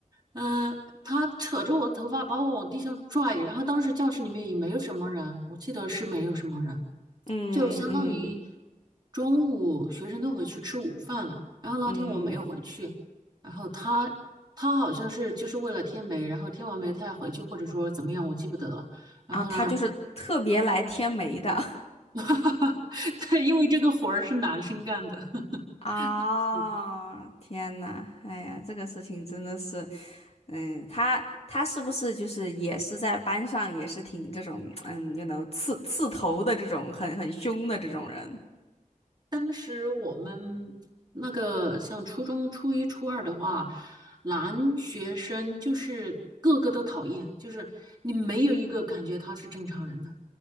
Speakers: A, on the right (about 30°); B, on the left (about 45°).
A: 嗯、他扯着我头发把我往地上拽，然后当时教室里面也没有什么人，我记得是没有什么人，
B: 嗯嗯
A: 就嗯相当于中午学生都回去吃午饭了。然后那天我没有回去，
B: 嗯，
A: 然后他他好像是就是为了添煤，然后添完煤他要回去，或者说怎么样，我记不得了。然后呢，
B: 啊，他就是特别来添煤的。<laughs>
A: <laughs> 对，因为这个活儿是男生干的。<laughs>
B: 啊、
A: 是
B: 天呐，哎呀，这个事情真的是，嗯，他他是不是就是也是在班上也是挺这种，嗯，you know，刺刺头的这种很很凶的这种人？
A: 当时我们那个像初中初一、初二的话，男学生就是个个都讨厌，就是你没有一个感觉他是正常人的。